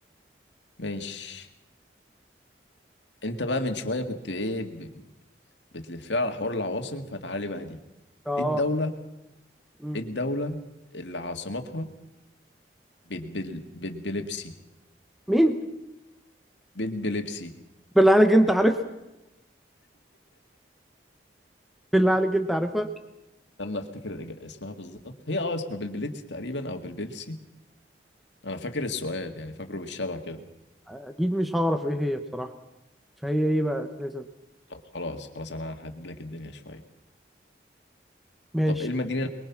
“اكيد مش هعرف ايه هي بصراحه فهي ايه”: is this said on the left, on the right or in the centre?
Centre